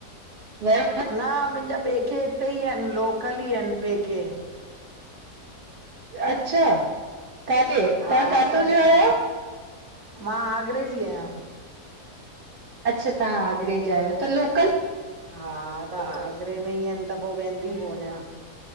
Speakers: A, on the right; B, on the right.
A: वया?
B: न, मुंजा पेके हिते ई एन, लोकल ई एन, पेके।
A: अच्छा, काथे,
B: हा
A: तहां काथों
B: त
A: ज आयो?
B: मां, आगरे जी आयां।
A: अच्छा, तहां आगरे जा आयो, त लोकल
B: हा, त आगरे में एन, त पो वेंदी कोनयां।